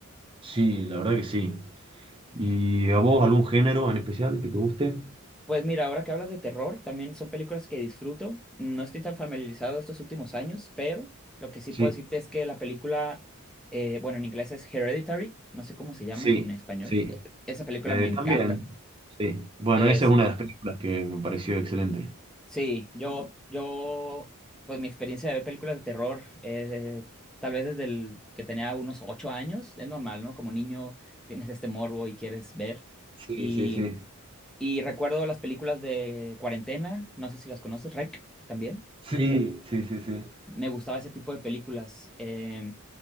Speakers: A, on the right; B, in the centre.
A: Sí, la verdad que sí. ¿Y a vos algún género en especial que te guste?
B: Pues mira, ahora que hablas de terror, también son películas que disfruto. No estoy tan familiarizado estos últimos años, pero lo que sí
A: Sí,
B: puedo decirte es que la película, eh, bueno, en inglés es Hereditary, no sé cómo se llama
A: sí,
B: en español.
A: sí.
B: Eh, Esa película
A: Eh,
B: me encanta.
A: también, sí. Bueno,
B: Es,
A: esa es una de las películas que me pareció excelente.
B: sí, yo, yo, pues mi experiencia de ver películas de terror, eh, tal vez desde el que tenía unos ocho años, es normal, ¿no? Como niño tienes este morbo y quieres ver.
A: Sí,
B: y
A: sí, sí.
B: Y recuerdo las películas de cuarentena, no sé si las conoces, Rec también.
A: Sí, sí, sí, sí.
B: Me gustaba ese tipo de películas. Eh,